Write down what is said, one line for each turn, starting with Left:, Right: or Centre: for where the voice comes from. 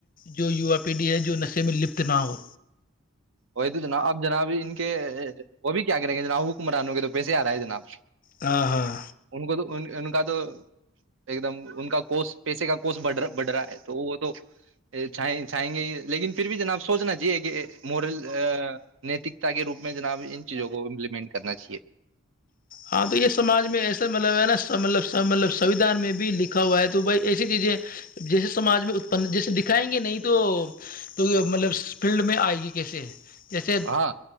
Left: جو وو پیڑھی ہے جو نشے میں لپت نہ ہو
Right: وہی تو جنا اب جناب ان کے وہ بھی کیا <inaudible> یں گے جنا حکمرانو گے تو پسے آ رہا ہے جناب
Left: ہاں ہاں
Right: ان کو تو ان کا تو ایک دم ان کا کوس پیسے کا کوس بڑھ رہا ہے تو وہ تو چھائیں گے ہی لیکن پھر بھی جناب سوچنا چاہیے کہ مورل نیتکتا کے روپ میں جناب ان چیزوں کو امپلیمنٹ کرنا چاہیے
Left: ہاں تو یہ سماج میں ایسا مطلب ہے نا مطلب مطلب سویدھان میں بھی لکھا ہوا ہے تو بھائی ایسی چیزیں جیسے سمج میں اپ جیسے دکھائیں گے نہیں تو مطلب فیلڈ میں آئے گی کیسے جیسے
Right: ہاں